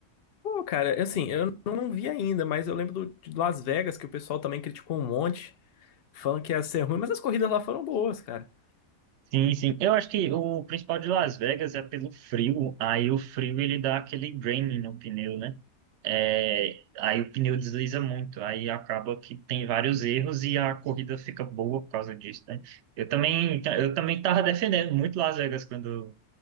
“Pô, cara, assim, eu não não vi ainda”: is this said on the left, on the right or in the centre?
Left